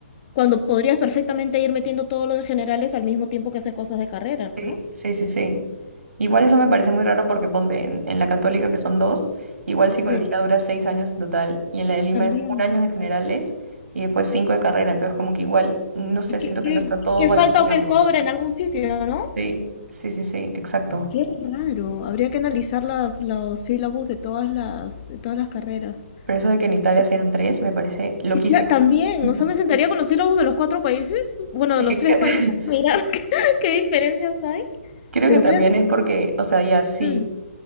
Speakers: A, on the left; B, on the right.
A: Cuando podrías perfectamente ir metiendo todos los de generales al mismo tiempo que haces cosas de carrera,
B: Sí,
A: ¿no?
B: sí, sí, sí. Igual eso me parece muy raro porque ponte en, en la Católica que son dos, igual
A: Sí,
B: psicología dura seis años en total y en la de Lima
A: también.
B: es un año de generales y después cinco de carrera, entonces como que igual, no sé,
A: Y qué,
B: siento
A: qué-
B: que no está todo
A: qué
B: balanceado.
A: falta o qué sobra en algún sitio, ¿no?
B: Sí, sí, sí, sí, exacto.
A: Qué raro. Habría que analizar las, los sílabos de todas las, de todas las carreras.
B: Pero eso de que en Italia
A: Pues,
B: sean tres me parece loquísimo.
A: Y cla- también,
B: <laughs>
A: o sea, me sentaría con los sílabos de los cuatro países, bueno,
B: Es
A: de los tres
B: que,
A: países,
B: <laughs>
A: a mirar <laughs> qué, qué diferencias hay.
B: Creo
A: Pero
B: que también
A: claro,
B: es porque, o sea, ya sí,
A: mm,